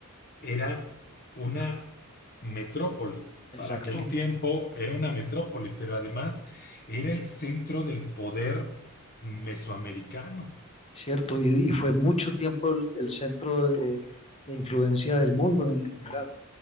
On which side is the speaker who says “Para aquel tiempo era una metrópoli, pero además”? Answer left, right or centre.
Left